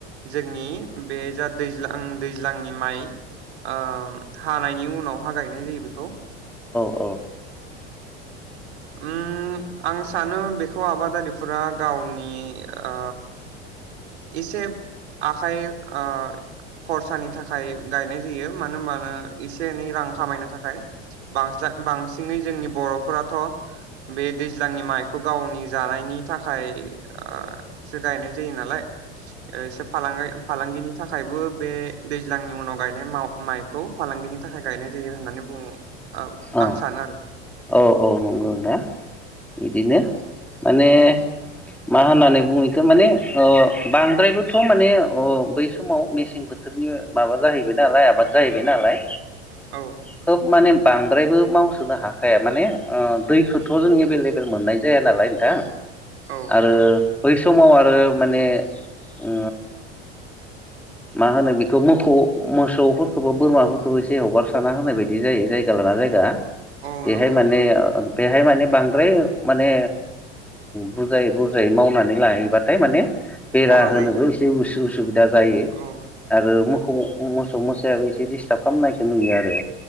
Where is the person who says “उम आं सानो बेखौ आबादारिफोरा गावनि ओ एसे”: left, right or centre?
Right